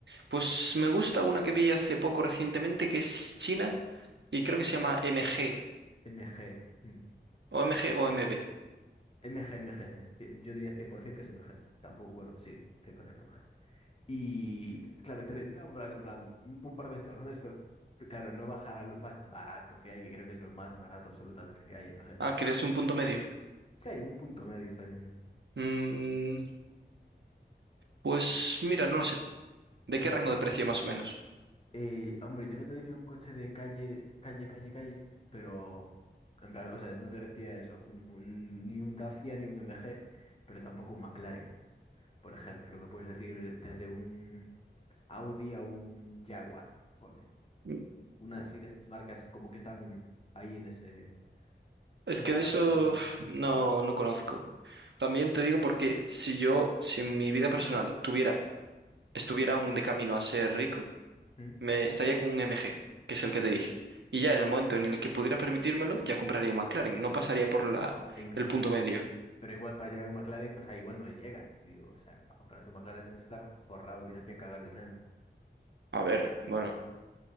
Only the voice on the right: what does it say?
pues me gusta una que vi hace poco recientemente que es china y creo que se llama MG,
o MG o MB.
Ah, querías un punto medio.
Mm, pues mira, no lo sé. ¿De
qué
rango de precio más o menos?
Mm,
Es que
de eso
<sighs> uf, no, no conozco. También te digo porque si yo, si en mi vida personal tuviera, estuviera aún de camino a ser rico,
Me estaría con un MG, que es el que te dije. Y ya en el momento en el que pudiera permitírmelo, ya compraría un McLaren. No pasaría por la,
el punto medio.
A ver, bueno,